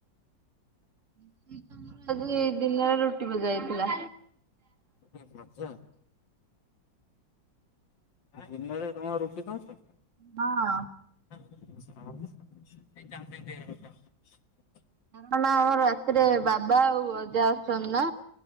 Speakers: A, on the right; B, on the left.
A: <unintelligible> ଦିନରେ ରୁଟି ମଜଥିଲା।
B: ଆଚ୍ଛା ଦିନରେ ତମେ ରୁଟି ଖାଉଛ।
A: ହଁ।
B: <unintelligible>
A: କାରଣ ଆମର ରାତିରେ ବାବା ଆଉ ଅଜା ଅଶୁଛନ୍ତି ନା